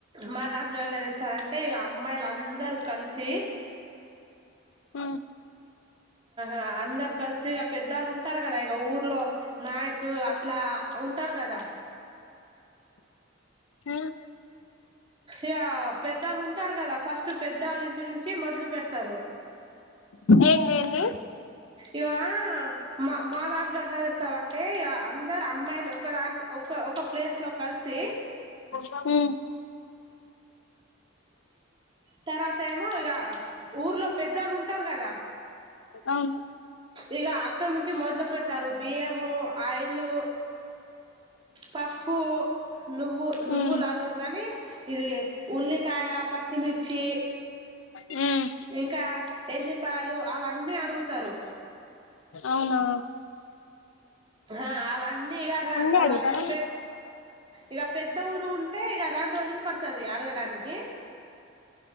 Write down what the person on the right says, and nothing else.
మా దాంట్లో ఎళ్ళ చేస్తార అంటే అమ్మాయిలు అందరు కలిసి
ఆ అందరు కలిసిక పెద్దళ్ళు ఉంటారు కదా ఇక ఊర్లో నాయకులు ఇట్లా ఉంటారు కదా
ఇ పెద్దళ్ళు ఉంటారు కదా ఫస్ట్ పెద్దళ్ ఇంటి నుంచి మొదలు పెడతారు
ఇవ మా మాదడు ఇట్లో ఎట్లా చేస్తారంటే అందరు అమ్మాయిలు ఒక దాంట్లో ఒక ఒక ప్లేస్ లో కలిసి
తరా త ఏమ ఇగా ఊర్లో పెద్దళ్ళు ఉంటారు కదా
ఇక అక్కడి నుంచి మొదలు పెడతారు బియ్యము ఆయిలు పప్పు నువ్వు
నువ్వులుడగదు కానీ ఇది ఉల్లికాయ పచ్చిమిర్చి
ఇంకా ఎల్లిపాలు అవన్నీ అడుగుతారు
ఆ అవన్నీ ఇక
పె ఇక పెద్ద ఊరు ఉంటే అంటే ఇక రెండు రోజులు పడుతది అడగడానికి